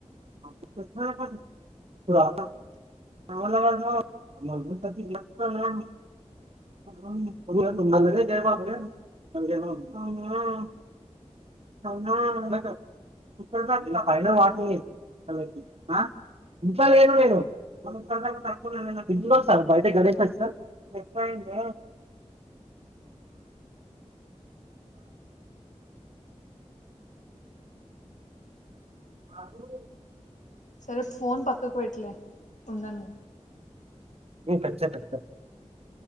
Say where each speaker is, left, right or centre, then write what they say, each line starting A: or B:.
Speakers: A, on the right; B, on the left.
A: ే బగు <unintelligible> ఇ పైన వాటలు చేంది ఇంట్లో లేను నేనుా తక్కువ ఇట్లో వస్తారు బయట గణేష్ వచ్చార్వు అవును
B: సరే ఫోన్ పక్కకు పెట్లే ఉండను
A: కచ్చ పె